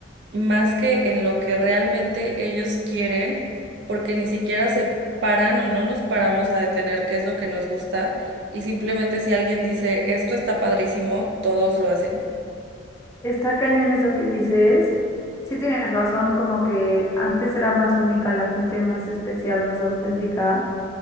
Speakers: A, on the right (about 60°); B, on the left (about 15°).
A: más que en lo que realmente ellos quieren, porque ni siquiera se paran o no nos paramos a detener qué es lo que nos gusta. Y simplemente si alguien dice, esto está padrísimo, todos lo hacen.
B: Está cañón eso que dices. Sí tienes razón, como que antes era más única la gente, más especial, más auténtica.